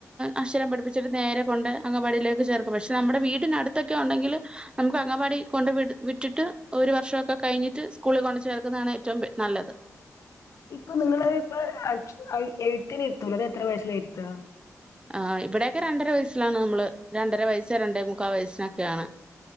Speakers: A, on the right; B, on the left.
A: അക്ഷരം പഠിപ്പിച്ചിട്ട് നേരെ കൊണ്ട് അംഗവാടില് ചേർ പക്ഷെ നമ്മടെ വീടിനടുത്തൊക്കെ ഉണ്ടെങ്കില് നമ്മക്ക് അംഗനവാടി കൊണ്ട് വിട് വിട്ടിട്ട് ഒരു വർഷോക്കെ കഴിഞ്ഞിട്ട് സ്കൂളിൽ കൊണ്ട് ചേർക്കുന്നതാണ് ഏറ്റവും നല്ലത്.
B: ഇപ്പൊ നിങ്ങള് ഇപ്പ അക്ഷ എയ്ത്തിന് ഇരുത്തൂല്ലൂ അത് എത്ര വയസ്സിലാ ഇരുത്ത
A: ആഹ് ഇവിടെക്കെ രണ്ടര വയസ്സിലാണ് നമ്മള് രണ്ടര വയസ്സ് രണ്ടേ മുക്കാ വയസ്സിനൊക്കെണ്